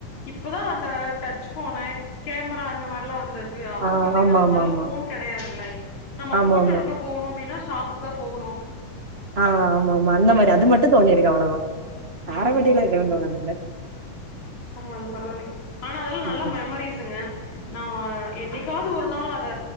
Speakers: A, on the left; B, on the right.
A: இப்பதா அந்த டச் ஃபோனு கேமரா அந்த மார்லா வந்து க்கு அப்போ
B: ஆ
A: பாத்தீங்கன்னா
B: ஆமாமாமா.
A: அந்த மாரிலா ஃபோன் கிடையாதுல்ல நம்ம
B: ஆமாமா.
A: ஃபோட்டோ எடுக்க போகணு அப்படின்னா ஷாப்புக்கு தா போகணு
B: அ ஆமா ஆமா அந்த மாரி
A: ம்
B: அது மட்டு தோணிருக்கு அவ்வளதா நாரவட்டியிலா
A: ஓகே
B: எதுவு
A: ஓகே
B: தோணதுல்ல
A: பரவால்ல பரவால்லை அனா அதல்லா நல்ல
B: ம்ஹ்ம்.
A: மெமரீஸுங்க நா ஒ என்னிக்காவது ஒரு நாள் அத